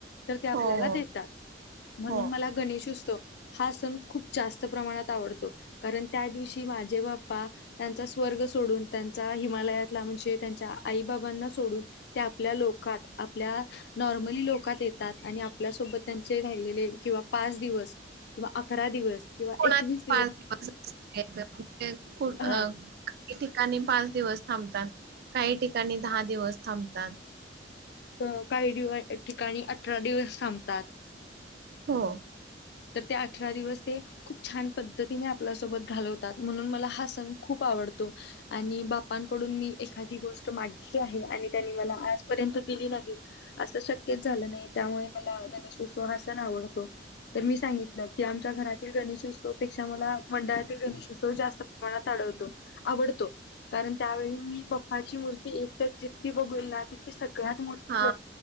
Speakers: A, on the left; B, on the right.
A: तर ते आपल्याला
B: हो हो
A: देतात म्हणून
B: हो
A: मला गणेशोत्सव हा सण खूप जास्त प्रमाणात कारण त्या दिवशी माझे बाप्पा त्यांचा स्वर्ग सोडून त्यांचा हिमालयातला े त्यांच्या आई बाबांना सोडून आपल्या लोक आपल्या नॉर्मली लोकात येतात आपल्या सोत त्यां रा किवा पाच दिवस किवा अकरा दिवस किं
B: कोणाचे
A: एकस
B: पाच दिवस असणु
A: हा
B: अ ठिकाणी पाच दिवस थांबतात काही ठिकाणी दहा दिवस थांबतात
A: अ काही दिव ठिकाणी अठरा दिवस थांबतात
B: हो
A: तर ते अठरा दिवस ते खूप छान पद्धतीने आपल्यासोबत घालवतात म्हणून मला हा सण खूप आवडत वडतो आणि बापांकडून मी एखादी गोष्ट मागितली आहे आणि त्यांनी मला आजपर्यंत दिली नाही असं शक्य झालं नाही. त्यामुळे मला गणेशोत्सव हा सण आवडतो तर मी सांगितलं की आमच्या घरातील गणेशोत्सवपेक्षा मला मंडळातील गणेशोत्सव जास्त प्रमाणात आढवत आवडतो. कारण त्यावेळी मी पपाची मूर्ती एकतर जितकी बघेल ना. सगळ्यात मोठी
B: हा